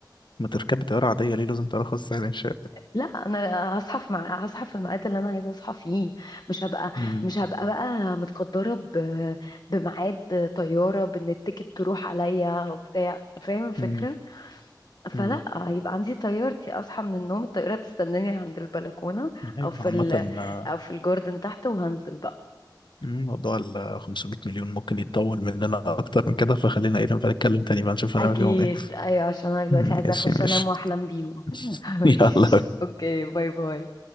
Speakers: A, on the left; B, on the left.
A: ما تركبي طيارة عادية ليه لازم ترخص يعني شيء
B: لا انا هصحى في مع... هصحى في الميعاد اللي انا عايزه اصحى فيه مش هبقى
A: مم.
B: مش هبقى بقى متقدره ب... بميعاد طياره بان التيكت تروح عليا وبتاع فاهم الفكره
A: مم.
B: فلا
A: مم.
B: هيبقى عندي طيارتي اصحى من النوم الطياره تستناني عند البلكونه
A: ايوه
B: او في
A: عامة
B: ال...
A: آه،
B: او في الجاردن تحت وهنزل بقى
A: مم، موضوع ال 500 مليون ممكن يتطول مننا أكتر من كده فخلينا ايه نبقى نتكلم تاني بقى نشوف هنعمل
B: اكيد
A: فيهم ايه
B: ايوه عشان انا دلوقتي
A: مم،
B: عايزه
A: ماشي
B: اخش
A: ماشي
B: انام واحلم بيهم
A: <laughs>
B: <laughs> ماشي
A: يلا
B: اوكي باي باي